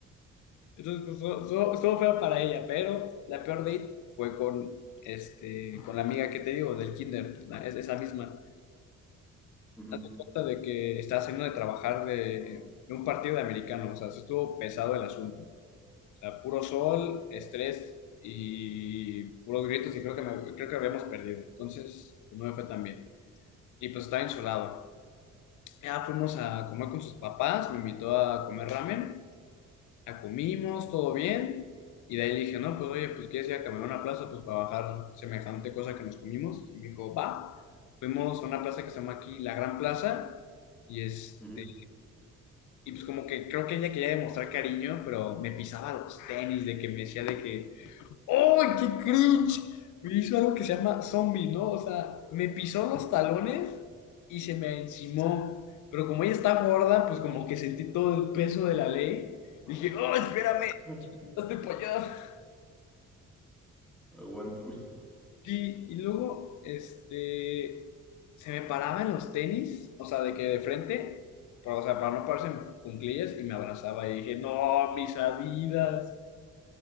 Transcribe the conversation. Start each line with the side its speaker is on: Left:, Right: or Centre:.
Left: Entonces, pues, estuvo, estuvo- feo para ella, pero la peor date fue con, este, con la amiga que te digo, del kinder, la- es esa misma.
Centre: ujú,
Left: Hazte cuenta de que estaba saliendo de trabajar de, de un partido de americano, o sea, sí estuvo pesado el asunto. O sea, puro sol, estrés y puros gritos y creo que, me- creo que habíamos perdido. Entonces, pues, no me fue tan bien. y pues estaba insolado. Ya fuimos a comer con sus papás, me invitó a comer ramen, ya comimos, todo bien, y de ahí le dije, no, pues oye, pues quieres ir a caminar a una plaza, pues para bajar semejante cosa que nos comimos, y me dijo, va, fuimos a una plaza que se llama aquí La Gran Plaza, y este,
Centre: ujú.
Left: y pues como que creo que ella quería demostrar cariño, pero me pisaba los tenis, de que me decía de que ¡Oh, qué cringe! Me hizo algo que se llama zombie, ¿no? O sea, me pisó los talones y se me encimó. Pero como ella está gorda, pues como que sentí todo el peso de la ley. Dije, ¡oh, espérame!
Centre: <laughs>
Left: ¡Hazte para allá!
Centre: Aguántame.
Left: Sí, y luego, este, se me paraba en los tenis, o sea, de que de frente, pero, o sea, para no pararse en cuclillas, y me abrazaba y dije, ¡no, mis Adidas!